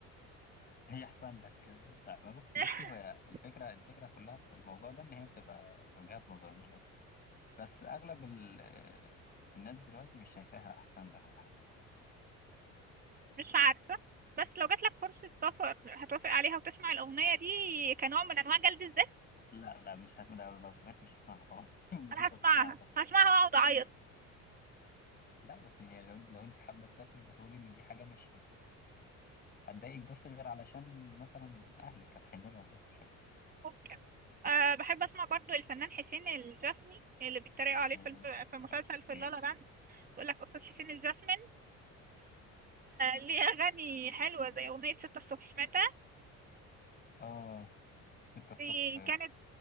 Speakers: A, on the left; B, on the right.
A: هي أحسن لك لا بصي
B: <laughs>
A: بصي هو الفكرة الفكرة كلها في الموضوع ده إن هي بتبقى وجهات نظر مش أكتر بس اغلب ال... الناس دلوقتي مش شايفاها احسن لك ولا حاجه
B: مش عارفة بس لو جاتلك فرصة سفر هتوافق عليها وتسمع الأغنية دي كنوع من أنواع جلد الذات
A: لا لا مش هس... لو لو سافرت مش هسمعها طبعا <laughs>
B: أنا
A: مش
B: هسمعها
A: هسمعها طبعا
B: هسمعها وأقعد أعيط
A: لا بس يعني لو, لو انت حابه تسافري المفروض ان دي حاجه مش هت... هتضايقك بس غير علشان مثلا اهلك هتحن لهم بس مش اكتر
B: ممكن أه بحب اسمع برضو الفنان حسين الجسمي اللي بيتريقوا عليه
A: فاهم
B: في الم...
A: الجزم.
B: في مسلسل
A: اوكي
B: في اللالا لاند بيقول لك استاذ حسين الجسمي ليه <laughs> اغاني حلوه زي اغنيه ستة الصبح متى
A: اه ستة الصبح
B: دي كانت